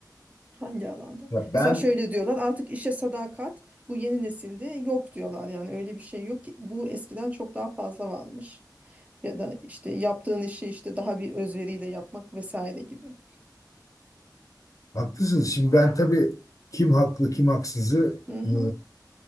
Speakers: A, on the right; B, on the left.
A: Hangi alanda?
B: Ya
A: Mesela
B: ben
A: şöyle diyorlar artık işe sadakat bu yeni nesilde yok diyorlar. Yani öyle bir şey yok ki bu eskiden çok daha fazla varmış. Ya da işte yaptığın işi işte daha bir özveriyle yapmak vesaire gibi.
B: haklısınız. Şimdi ben tabii kim haklı kim haksızı
A: Hı hı.
B: e,